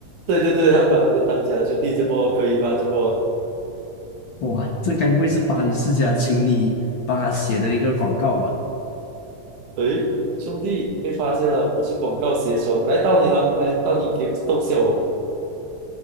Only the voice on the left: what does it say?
哇，这该不会是巴黎世家请你帮他写的一个广告吧？